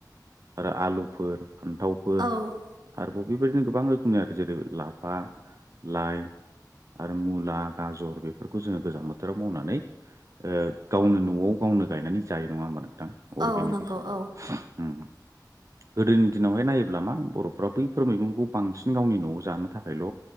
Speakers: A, on the right (about 45°); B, on the right (about 75°).
A: आरो आलुफोर फान्थावफोर।
B: औ
A: आरोबाव बेबायदिनो गोबां रोखोमनि आरो जेरै लाफा लाइ आरो मुला गाजर बेफोरखौ जोङो गोजां बो थोराव मावनानै ओ गावनो न'आव गावनो गायनानै जायो नङा होमबा नों थां अर्गनिक
B: औ नंगौ
A: हिसाबै
B: औ
A: उम। गोदोनि दिनावहाय नायोब्ला मा बर'फ्रा बैफोर मैगंखौ बांसिन गावनि न'आव जानो थाखायल'